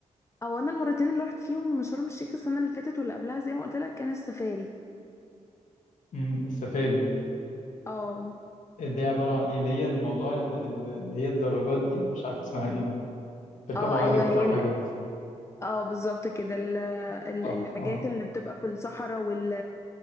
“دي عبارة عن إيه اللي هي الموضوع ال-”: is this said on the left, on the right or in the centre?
Left